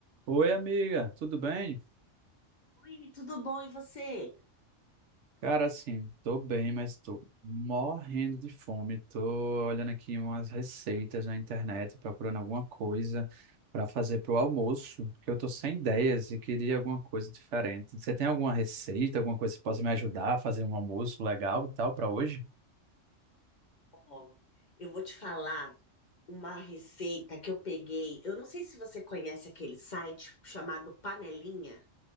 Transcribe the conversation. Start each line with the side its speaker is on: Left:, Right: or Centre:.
Right: Oi, amiga, tudo bem?
Left: Oi, tudo bom? E você?
Right: Cara, assim, tô bem, mas tô morrendo de fome. Tô olhando aqui umas receitas na internet, procurando alguma coisa para fazer pro almoço, porque eu tô sem ideias e queria alguma coisa diferente. Você tem alguma receita, alguma coisa que possa me ajudar a fazer um almoço legal e tal para hoje?
Left: Ó, eu vou te falar uma receita que eu peguei. Eu não sei se você conhece aquele site chamado Panelinha